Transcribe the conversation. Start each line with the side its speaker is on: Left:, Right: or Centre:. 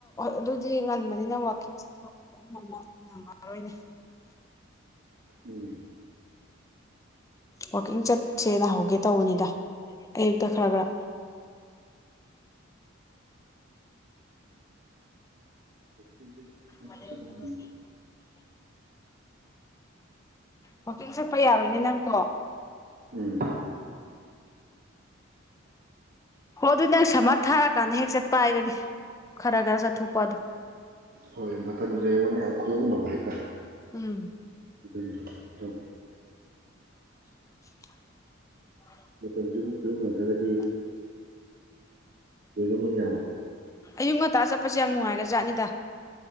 Left: ꯑꯗꯨꯗꯤ ꯉꯟꯕꯅꯤꯅ ꯋꯥꯋꯀꯤꯡ ꯆꯠꯄ ꯈꯣꯠꯄ ꯑꯃ ꯑꯃ ꯅꯪꯉꯔꯣꯏꯅꯦ
Right: ꯎꯝ
Left: ꯋꯥꯋꯀꯤꯡ ꯆꯠꯁꯦ ꯅꯍꯧꯒꯦ ꯇꯧꯕꯅꯤꯗ ꯑꯌꯨꯛꯇ ꯈꯔ ꯈꯔ
Right: ꯋꯥꯛꯀꯤꯡꯁꯦ
Left: <unintelligible>
Right: ꯑꯩꯁꯨ ꯆꯠꯅꯤꯡꯉꯤꯅꯤ
Left: ꯋꯀꯤꯡ ꯆꯠꯄ ꯌꯥꯔꯣꯏꯅꯦ ꯅꯪꯀꯣ
Right: ꯎꯝ
Left: ꯍꯣꯏ ꯑꯗꯨ ꯅꯪ ꯁꯝꯃꯔ ꯊꯥꯔꯀꯥꯟꯗ ꯍꯦꯛ ꯆꯠꯄ ꯍꯥꯏꯗꯨꯅꯦ ꯈꯔ ꯈꯔ ꯆꯠꯊꯣꯛꯄ ꯑꯗꯨ
Right: ꯍꯣꯏ ꯃꯇꯝꯖꯦ ꯑꯩꯉꯣꯟꯗ ꯌꯥꯝ ꯈꯨꯌꯧꯅꯕ ꯍꯥꯏꯇꯥꯔꯦ
Left: ꯎꯝ
Right: <unintelligible>
Left: <unintelligible>
Right: ꯃꯇꯝꯖꯤꯕꯨ ꯈꯨꯌꯧꯅꯗ꯭ꯔꯒꯗꯤ
Left: ꯎꯝ
Right: ꯔꯃ ꯌꯥꯕꯣ
Left: ꯑꯌꯨꯛ ꯉꯟꯇꯥ ꯆꯠꯄꯁꯦ ꯌꯥꯝ ꯅꯨꯡꯉꯥꯏꯔ ꯖꯥꯠꯅꯤꯗ